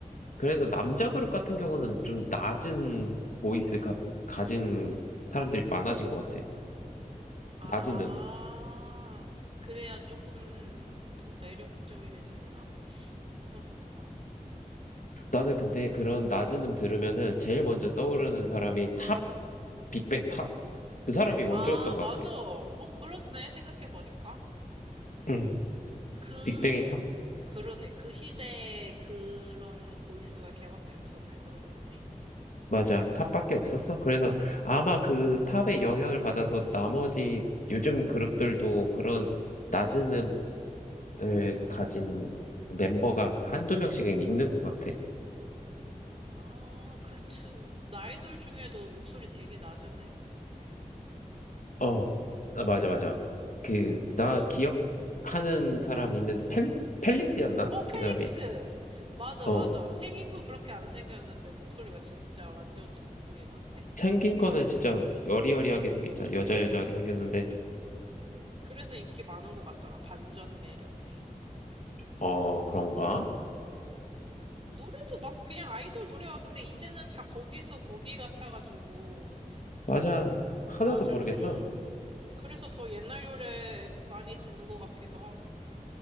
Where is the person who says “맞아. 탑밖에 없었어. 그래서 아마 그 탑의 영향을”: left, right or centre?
Left